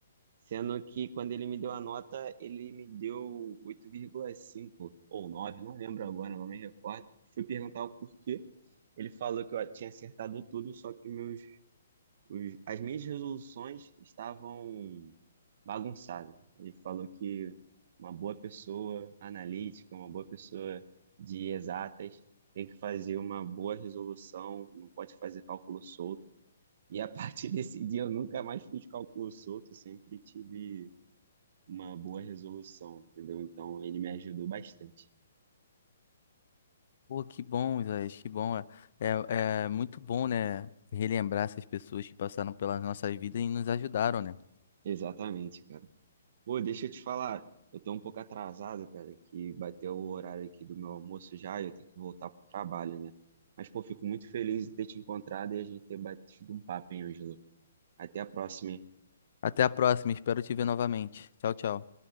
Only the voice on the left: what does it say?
Pô, que bom, Isaías, que bom. É, é é muito bom, né? Relembrar essas pessoas que passaram pelas nossas vidas e nos ajudaram, né?
Até a próxima, espero te ver novamente. Tchau, tchau.